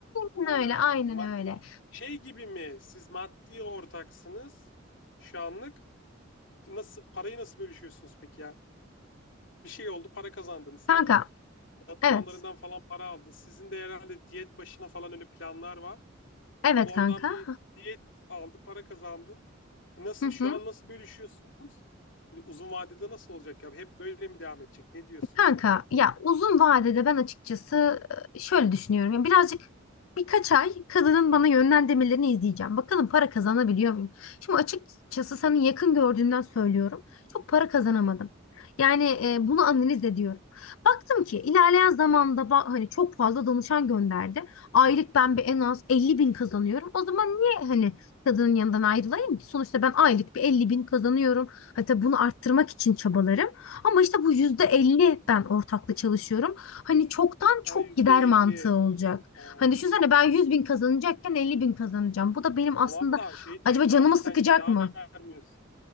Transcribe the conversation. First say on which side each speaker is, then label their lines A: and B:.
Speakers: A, on the left; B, on the left.
A: Ha,
B: Aynen öyle, aynen
A: maddi
B: öyle.
A: şey gibi mi? Siz maddi ortaksınız şu anlık. Nasıl parayı nasıl bölüşüyorsunuz peki ya? Bir şey oldu, para kazandın sen.
B: Kanka,
A: Çalışanlarından
B: evet.
A: falan para aldın. Sizin de herhalde diyet başına falan öyle planlar var.
B: Evet
A: Oradan
B: kanka.
A: bir diyet aldı, para kazandın. E Nasıl
B: Hı
A: şu
B: hı.
A: an nasıl bölüşüyorsunuz? Bir de uzun vadede nasıl olacak ya? Hep böyle mi devam edecek? Ne diyorsun
B: Kanka
A: sen?
B: ya uzun vadede ben açıkçası e, şöyle düşünüyorum. Yani birazcık birkaç ay kadının bana yönlendirmelerini izleyeceğim. Bakalım para kazanabiliyor muyum? Şimdi açıkçası senin yakın gördüğümden söylüyorum. Çok para kazanamadım. Yani e, bunu analiz ediyorum. Baktım ki ilerleyen zamanda ba- hani çok fazla danışan gönderdi. Aylık ben bir en az 50 bin kazanıyorum. O zaman niye hani kadının yanından ayrılayım ki? Sonuçta ben aylık bir 50 bin kazanıyorum. Hatta bunu arttırmak için çabalarım. Ama işte bu yüzde elli ben ortakla çalışıyorum. Hani çoktan
A: Ha
B: çok
A: yüzde
B: gider
A: elli.
B: mantığı olacak.
A: Ee,
B: Hani düşünsene ben 100 bin kazanacakken 50 bin kazanacağım. Bu da benim
A: tamam
B: aslında
A: da şey düşün
B: acaba canımı
A: abi sen
B: sıkacak
A: kira
B: mı?
A: vermiyorsun.